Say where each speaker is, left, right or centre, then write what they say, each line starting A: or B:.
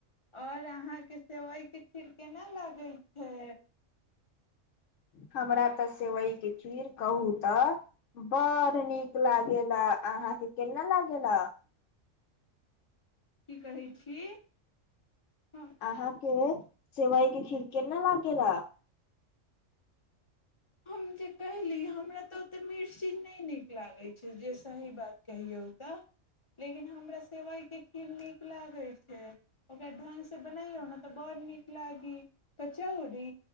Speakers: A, on the left; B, on the left.
A: आओर अहाँके सेवइके खीर केना लागै छै
B: हमरा तऽ सेवइके खीर कहू तऽ बड़ नीक लागेला अहााँके केना लागेल
A: की कहै छी हम
B: अहाँके सेवइ के खिड़के नहि लागेल ह
A: हम जे कहली हमरा तऽ ओतेक मिर्चीज नहि नीक लागैत छै जे सही बात कहियौ तय लेकिन हमरा सेवइके खीर नीक लागैत छै ओकरा ढङ्गसँ बनैयौ ने तऽ बडड़ नीक लागी कचौड़ी